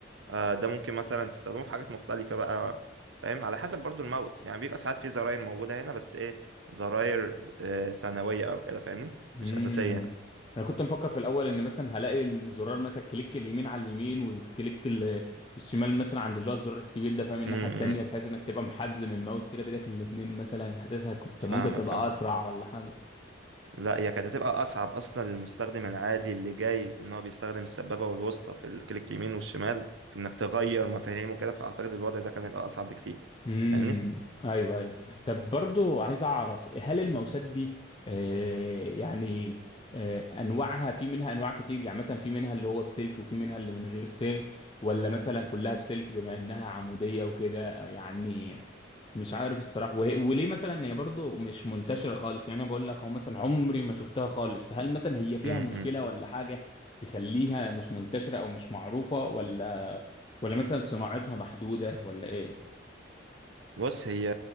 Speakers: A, on the right (about 85°); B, on the left (about 25°).
A: آه، ده ممكن مثلا تستخدمه في حاجات مختلفة بقى فاهم على حسب برضو الماوس يعني بيبقى ساعات في زراير موجودة هنا بس ايه زراير آه، ثانوية او كده فاهمني
B: امم
A: مش أساسية
B: انا كنت مفكر في الاول ان مثلا هلاقي الزرار مثلا كليك اليمين على اليمين والكليك ال- الشمال مثلا عند اللي هو الزرار الكبير ده فاهم الناحيه
A: امم
B: التانيه بحيث انك تبقى محزم الماوس كده بايدك الاتنين مثلا حاسسها كنت
A: فاهمك
B: ممكن تبقى
A: فاهم
B: اسرع ولا حاجه
A: لا هي كانت هتبقى أصعب أصلا للمستخدم العادي اللي جاي إن هو بيستخدم السبابة والوسطى في الكليك يمين والشمال في إنك تغير مفاهيمه كده فأعتقد الوضع ده كان هيبقى أصعب بكتير
B: امم
A: فاهمني؟
B: ايوه ايوه طب برضو عايز اعرف هل الماوسات دي آه يعني آه انواعها في منها انواع كتير يعني مثلا في منها اللي هو بسلك وفي منها اللي من غير سلك ولا مثلا كلها بسلك بما انها عموديه وكده يعني مش عارف الصراحة وهي وليه مثلا هي برضو مش منتشرة خالص يعني انا بقول لك اهو مثلا عمري ما شفتها خالص فهل مثلا هي فيها
A: امم
B: مشكلة ولا حاجة تخليها مش منتشرة او مش معروفة ولا ولا مثلا صناعتها محدودة ولا ايه
A: بص هي